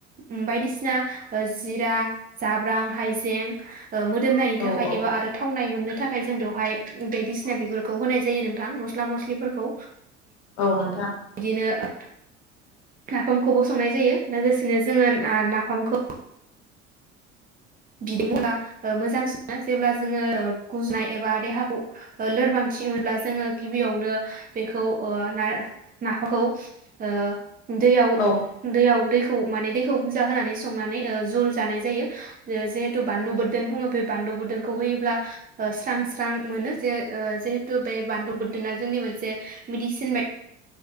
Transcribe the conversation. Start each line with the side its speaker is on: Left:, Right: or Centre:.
Right: उम बायदिसिना जिरा जाब्रां हाइजें ओ मोदोमनायनि
Left: औ
Right: थाखाय
Left: औ
Right: एबा आरो थावनाय मोननो थाखाय जों बेवहाय बायदिसिना बिगुरखौ होनाय जायो नोंथां मस्ला मस्लिफोरखौ
Left: अ नोंथां
Right: बिदिनो ओ नाफामखौबो संनाय जायो लोगोसेनो जोङो नाफामखौ बि <unintelligible> मोजांसिन जेब्ला जोङो गुजुनाय एबा देहाखौ लोरबांथि मोनब्ला जोङो गिबियावनो बेखौ ओ ना नाफाखौ ओ दैयाव
Left: औ
Right: दैयाव दै खौ माने दैखौ बुरजा होनानै संनानै जुल जानाय जायो जिहेतु बानलु ब्दोन बुङो बे बानलु बोरदोनखौ होयोब्ला स्रां स्रां मोनो जे जिहेथु बे बान्लु बोरदोना जोंनि मोनसे मेडिसिन बा